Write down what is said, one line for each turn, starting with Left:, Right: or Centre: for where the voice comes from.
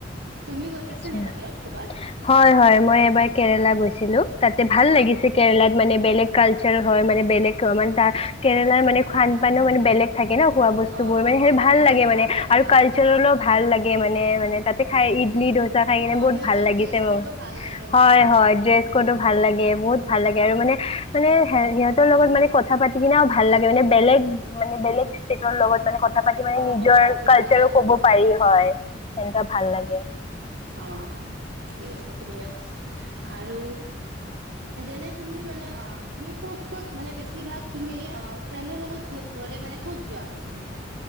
Right: তুমি গৈ
Left: আচ্ছা
Right: পাইছা নে বাহিৰত ক'বাত?
Left: হয় হয়। মই এবাৰ কেৰেলা গৈছিলোঁ। তাতে ভাল
Right: অ
Left: লাগিছে কেৰেলাত মানে বেলেগ কালচাৰ হয়, মানে বেলেগ ৰ মানে তাৰ কেৰেলাৰ মানে খান-পানো মানে বেলেগ থাকে ন খোৱা বস্তু
Right: অ
Left: বোৰ,
Right: অ
Left: মানে সেই
Right: অ
Left: ভাল
Right: বহুত
Left: লাগে মানে আৰু
Right: অ
Left: কালচাৰেলো ভাল লাগে। সেয়ে মানে মানে তাতে খায় ঈদ <unintelligible> চা খাই কিনে
Right: অ
Left: বহুত
Right: সিহঁতৰ
Left: ভাল লাগিছে
Right: ড্ৰেছ
Left: মোৰ।
Right: ক'ডো ভাল লাগে আৰু
Left: হয়
Right: ন
Left: হয়, ড্ৰেছ
Right: অ
Left: কডো ভাল লাগে, বহুত ভাল
Right: উম
Left: লাগে আৰু মানে মানে হে-সিহঁতৰ লগত মানে কথা পাতি কিনেও ভাল লাগে মানে বেলেগ মানে বেলেগ ষ্টেটৰ লগত মানে কথা পাতি মানে
Right: অ
Left: নিজৰ
Right: কথা পাতি
Left: কালচাৰো
Right: ভাল লাগে
Left: ক'ব পাৰি, হয়। সেনকা ভাল লাগে।
Right: অহ, ঠিকে কৈছে তুমিয়ো। আৰু যেনে তুমি মানে, অ' তুমি ক'ত? ক'ত মানে বেছিভাগ তুমি, অ' ফ্ৰেণ্ডৰ লগত গ'লে মানে ক'ত যোৱা বেছিভাগ?